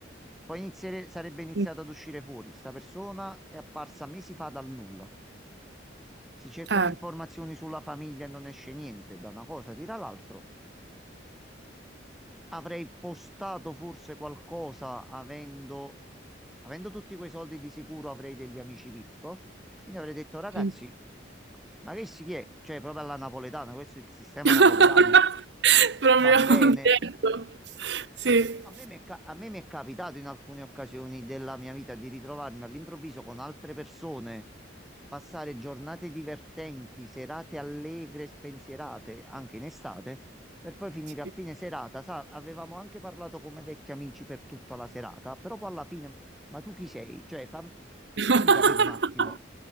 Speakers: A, in the centre; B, on the right.
A: Poi iniziere- sarebbe iniziato
B: sì.
A: ad uscire fuori. Sta persona è apparsa mesi fa dal nulla. Si cercano
B: eh,
A: informazioni sulla famiglia e non esce niente, da una cosa tira l'altro. Avrei postato forse qualcosa avendo, avendo tutti quei soldi di sicuro avrei degli amici VIP. Quindi avrei detto, ragazzi,
B: sì.
A: ma che si è? Cioè, proprio alla napoletana, questo è il sistema
B: <laughs>
A: napoletano.
B: Proprio
A: Va bene,
B: <laughs> detto. Sì,
A: a me mi è ca- a me mi è capitato in alcune occasioni della mia vita di ritrovarmi all'improvviso con altre persone, passare giornate divertenti, serate allegre, spensierate, anche in estate, per poi finire
B: sì.
A: a fine serata. Sa, avevamo anche parlato come vecchi amici per tutta la serata, però poi alla fine, ma tu chi sei? Cioè, fam-
B: <laughs>
A: fammi capire un attimo,